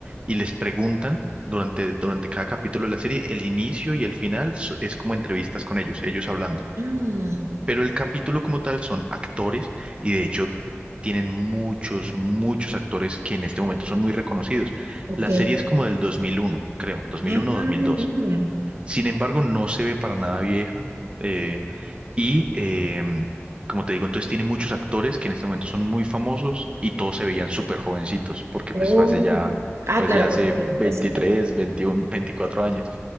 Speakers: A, on the right; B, on the right.
A: y les preguntan durante, durante cada capítulo de la serie, el inicio y el final so- es como entrevistas con ellos, ellos hablando.
B: Ah,
A: Pero el capítulo como tal son actores y de hecho tienen muchos, muchos actores que en este momento son muy reconocidos.
B: ok.
A: La serie es como del 2001 creo, dos mil
B: Ah,
A: uno dos mil
B: mira.
A: dos Sin embargo, no se ve para nada vieja. eh, y eh, como te digo, entonces tiene muchos actores que en este momento son muy famosos y todos se veían súper jovencitos, porque
B: Oh.
A: pues fue hace ya,
B: Ah,
A: pues
B: claro,
A: ya hace
B: porque
A: 23
B: hace tiempo.
A: 21, 24 años.